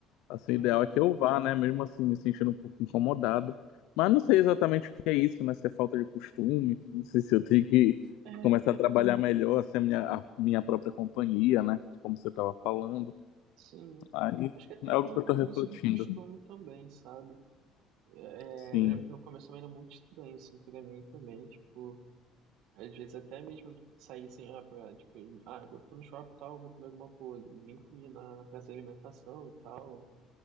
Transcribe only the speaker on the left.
assim, o
ideal é que eu vá, né? Mesmo assim, me sentindo um pouco incomodado. Mas não sei exatamente o que é isso, né? Se é falta de costume, não sei se eu tenho que
começar a trabalhar melhor, assim, a minha, a minha própria companhia, né? Como você tava falando.
Aí
é algo
que
eu tô refletindo.
Sim,